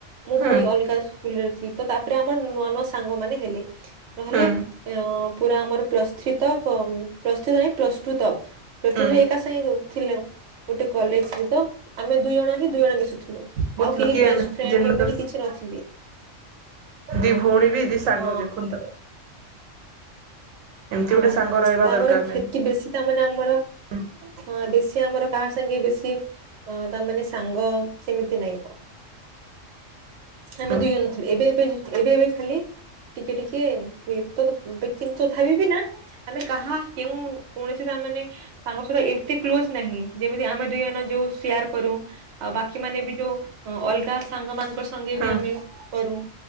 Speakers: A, on the right (about 65°); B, on the right (about 85°).
A: ମୁଁ
B: ହଁ
A: ପୁଣି ଅଲଗା ସ୍କୁଲରେ ଥିଲି ତ ତା ତାପରେ ଆମର ନୂଆ ନୂଆ ସାଙ୍ଗ ମାନେ ହେଲେ ନହେଲେ
B: ହଁ
A: ଅ ପୁରା ଆମର ପ୍ଲସ୍ ଥ୍ରୀ ତକ୍ <unintelligible> ପ୍ଲସ ଟୁ ତକ୍ ପ୍ଲସ
B: ହୁଁ
A: ଟୁ ଏକା ସାଙ୍ଗେ ଥିଲୁ ଗୋଟେ କଲେଜରେ ତ ଆମେ ଦୁଇ ଜଣ ହିଁ ଦୁଇ ଜଣ ମିଶୁଥିଲୁ।
B: ବହୁତ
A: ଆଉ କେହି
B: ଲକି
A: ବେଷ୍ଟ
B: ଆମେ
A: ଫ୍ରେଣ୍ଡ
B: ଜନ୍ମକରିଛୁ
A: ଏମିତି କିଛି ନଥିଲୁ।
B: ଦି ଭଉଣୀ ବି ଦି ସାଙ୍ଗ
A: ହଁ
B: ଦେଖନ୍ତି। ଏମିତି
A: ହଁ
B: ଗୋଟେ ସାଙ୍ଗ ରହିବା
A: ତ ଆମର
B: ଦରକାର
A: କ୍ଷତି
B: ମ୍ୟାମ୍
A: ବେଶୀ ତା ମାନେ ଆମର।
B: ହୁଁ।
A: ହଁ ବେଶୀ ଆମର କାହା ସାଙ୍ଗେ ବେଶୀ ଅ ତା ମାନେ ସାଙ୍ଗ ସେମିତି ନାଇଁ। ଆମେ
B: ହୁଁ
A: ଦୁଇ ଜଣ ଥିଲୁ ଏବେ ଏବେ ଏବେ ଏବେ ଖାଲି ଟିକେ ଟିକେ ହୁଏ ତ କିନ୍ତୁ ତଥାବି ନା ଆମେ କାହା କେଉଁ କୌଣସି କାମ ନାଇ ସାଙ୍ଗ ଛଡା ଏମିତି କ୍ଲୋଜ ନାହିଁ ଯେମିତି ଆମେ ଦୁଇ ଜଣ ଯୋଉ ସେୟାର କରୁ। ଆଉ ବାକି ମାନେ ବି ଯୋଉ ଅଲଗା ସାଙ୍ଗ ମାନଙ୍କର ସଙ୍ଗେ
B: ହୁଁ
A: ବି ଆମେ କରୁ